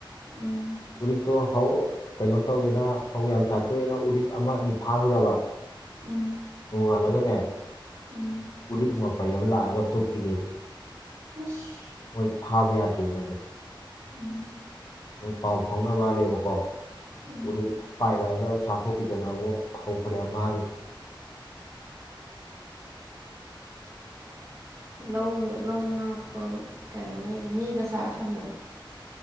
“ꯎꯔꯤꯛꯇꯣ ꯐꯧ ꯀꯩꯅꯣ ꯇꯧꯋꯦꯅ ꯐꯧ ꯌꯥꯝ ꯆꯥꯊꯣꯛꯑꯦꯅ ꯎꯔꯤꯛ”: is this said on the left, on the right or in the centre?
Left